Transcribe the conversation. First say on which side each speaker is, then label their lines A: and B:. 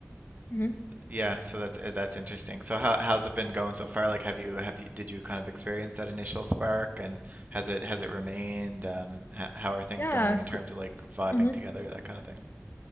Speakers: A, on the left (about 50°); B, on the right (about 35°).
A: hmm
B: Yeah, so that's uh, that's interesting. So how how's it been going so far? Like, have you have you did you kind of experience that initial spark, and has it has it remained? Um, h how are things
A: Yeah.
B: going
A: so,
B: in terms of like vibing
A: mm-hmm.
B: together, that kind of thing?